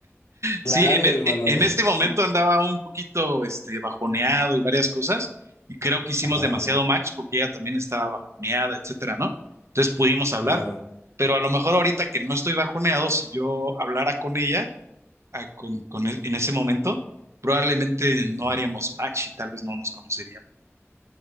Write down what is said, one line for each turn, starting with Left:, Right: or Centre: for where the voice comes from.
Left: Claro,
Right: Sí, en,
Left: hermano.
Right: e- e- en
Left: <laughs>
Right: este momento andaba un poquito este, bajoneado y varias cosas, y creo que hicimos
Left: Ajá,
Right: demasiado
Left: ajá,
Right: match porque ella también estaba bajoneada, etcétera, ¿no? Entonces pudimos hablar,
Left: claro.
Right: pero a lo mejor ahorita que no estoy bajoneado, si yo hablara con ella a- con, con e- en ese momento, probablemente
Left: Sí.
Right: no haríamos match y tal vez no nos conoceríamos.